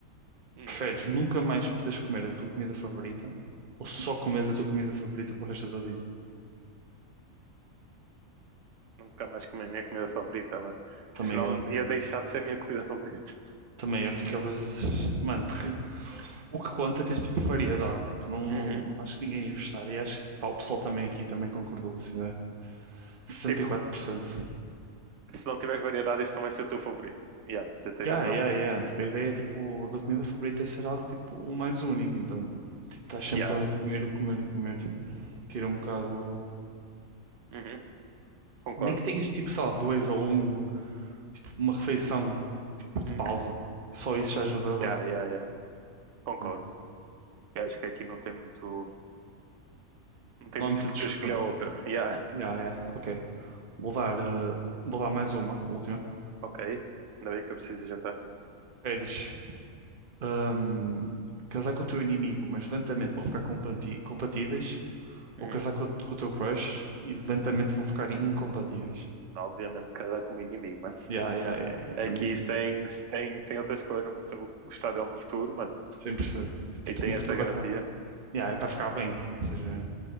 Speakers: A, on the right (about 65°); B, on the right (about 40°).
A: Hum.
B: Preferes nunca mais poderes comer a tua comida favorita ou só comes a tua comida favorita para o resto da tua vida?
A: Nunca mais comi a minha comida favorita, mano.
B: Também
A: Senão
B: eu.
A: ia deixar de ser a minha comida favorita.
B: Também eu ficava. Mano, porque. O que conta é ter tipo variedade, tipo, não, não,
A: Uhum.
B: acho que ninguém ia gostar. E acho que pá, o pessoal também aqui também concordou, se tiver sessenta
A: Se, tipo, se-
B: e quatro né? 64%.
A: se não tiver variedade, isso não vai ser o teu favorito. Yeah, você tens
B: Yeah,
A: razão.
B: yeah, yeah. Tipo, a ideia tipo, da comida favorita é ser algo tipo o mais único. Então, tipo, estás sempre
A: Yeah.
B: a comer, a comer, a comer, tipo, tira um bocado.
A: Uhum. Concordo.
B: Nem que tenhas tipo, sei lá, dois ou um, tipo, uma refeição tipo de
A: Hum.
B: pausa. Só isso já ajuda, ué.
A: Yeah, yeah, yeah. Concordo.
B: né?
A: Eu acho que aqui não tem muito. Não tem
B: Não
A: muito
B: há muita
A: porque
B: discussão.
A: eu escolher outra. <laughs> Yeah.
B: Yeah, yeah, ok. Vou dar, eh, vou dar mais uma, última.
A: Ok. Ainda bem que eu preciso de jantar.
B: Preferes hum, casar com o teu inimigo, mas lentamente vão ficar compati- compatíveis,
A: Uhum.
B: ou casar com, o com o teu crush e lentamente vão ficar incompatíveis.
A: Obviamente casar com o meu inimigo, mano.
B: Yeah, yeah, yeah, yeah,
A: Aqui
B: também
A: sem, sem, sem outra escolha, mano. Então eu vou gostar dele no futuro, mano.
B: 100%. Tipo,
A: E tem
B: no
A: essa
B: futuro
A: garantia.
B: vai ficar. Yeah, é para ficar bem, ou seja,
A: Uhum.